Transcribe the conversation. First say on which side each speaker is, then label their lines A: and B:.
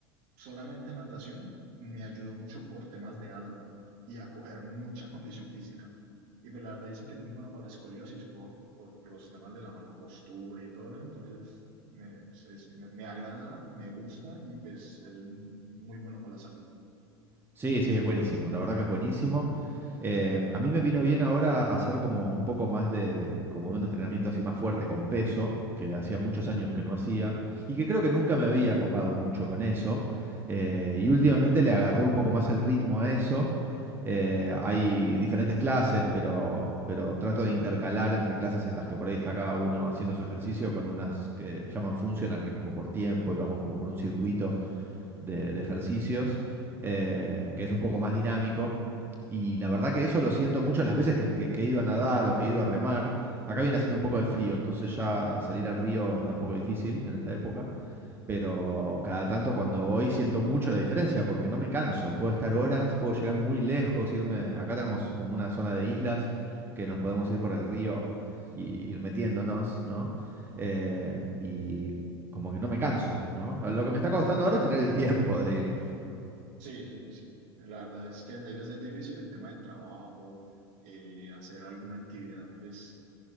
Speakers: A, on the right; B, on the right.
A: solamente natación me ayudó mucho por temas de asma y a coger mucha condición física. Y pues la verdad dicen que es muy bueno para la escoliosis por, por los temas de la mala postura y todo eso. Entonces, me, es- es- me, me agrada, me gusta y pues es muy bueno para la salud.
B: Sí, sí, es buenísimo. La verdad que es buenísimo. Eh, a mí me vino bien ahora hacer como un poco más de, de- como de un entrenamiento así más fuerte con peso, que hacía muchos años que no hacía, y que creo que nunca me había copado mucho con eso. Eh, y últimamente le agarré un poco más el ritmo a eso. Eh, hay diferentes clases, pero, pero trato de intercalar entre clases en las que por ahí está cada uno haciendo su ejercicio con unas que llaman funcional, que es como por tiempo y vamos como por un circuito de, de ejercicios, eh, que es un poco más dinámico. Y la verdad que eso lo siento mucho las veces que, que- que he ido a nadar o que he ido a remar. Acá viene haciendo un poco de frío, entonces ya salir al río está un poco difícil en esta época pero cada tanto cuando voy siento mucho la diferencia porque no me canso, puedo estar horas, puedo llegar muy lejos, irme, acá tenemos como una zona de islas que nos podemos ir por el río y ir metiéndonos, ¿no? Eh, y como que no me canso, ¿no? Lo que me está costando ahora es tener el tiempo de ir.
A: Sí, sí, sí. La verdad es que hay veces difícil el tema del trabajo, eh, hacer alguna actividad, pues